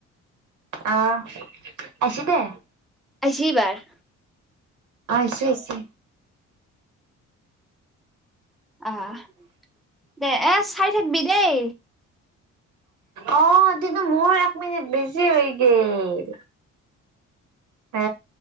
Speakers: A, on the right (about 80°); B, in the centre.
A: আহ আছ দে।
B: আজি বাৰ
A: অ', আছে আছে
B: আহ দে এ চাই থাকিবি দেই।
A: অ', সটোটোটো মোৰ এক মিনিট বেছি হৈ গেল। অ